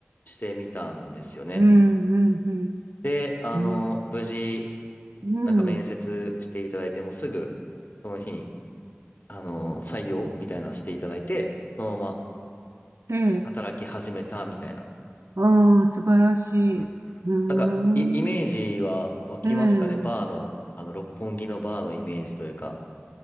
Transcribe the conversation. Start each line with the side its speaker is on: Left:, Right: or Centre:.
Left: してみたんですよね。
Right: うん。うん。
Left: で、あの、
Right: うん。
Left: 無事、
Right: うん
Left: なんか面接していただいて、もうすぐ、その日に、あの、採用みたいなのしていただいて、そのまま
Right: ええ。
Left: 働き始めたみたいな。
Right: ああ、素晴らしい。
Left: うんうんなんか、
Right: うーん。
Left: イ、イメージは湧きますかねバーの、
Right: ええ。
Left: あの、六本木のバーのイメージというか。